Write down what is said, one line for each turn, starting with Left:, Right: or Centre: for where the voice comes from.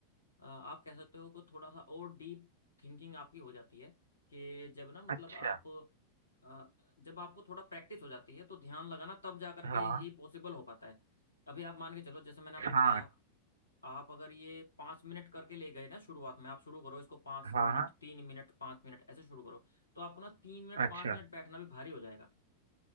Left: अ, आप कह सकते हो कि थोड़ा सा और डीप थिंकिंग आपकी हो जाती है कि जब ना मतलब
Right: अच्छा
Left: आप अ, जब आपको थोड़ा प्रैक्टिस हो जाती है तो ध्यान लगाना तब जा करके
Right: हाँ
Left: ही पॉसिबल हो पाता है अभी आप मान के चलो जैसे मैंने आपको
Right: हाँ
Left: बताया आप अगर ये पाँच मिनट करके ले गए ना शुरुआत में आप शुरू करो इसको पाँच
Right: हाँ
Left: मिनट
Right: हाँ
Left: तीन मिनट पाँच मिनट ऐसे शुरू करो तो आपको ना तीन मिनट
Right: अच्छा
Left: पाँच मिनट बैठना भी भारी हो जाएगा